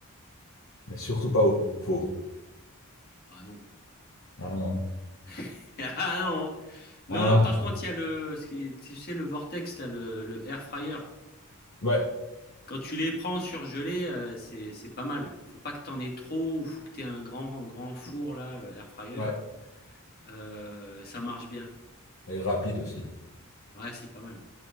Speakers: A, on the left (about 60°); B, on the left (about 45°).
A: Mais surtout pas au four.
B: Ah non.
A: Ah non. hein.
B: <laughs> Ah non. hein. Non,
A: Ah là.
B: par contre, il y a le, ce qui- tu sais, le vortex, là, le, le air fryer.
A: Ouais.
B: Quand tu les prends surgelés, euh, c'est, c'est pas mal. Faut pas que t'en aies trop ou faut que t'aies un grand, grand four, là, euh, air fryer.
A: Ouais.
B: Euh, ça marche bien.
A: Et rapide aussi.
B: Ouais, c'est pas mal.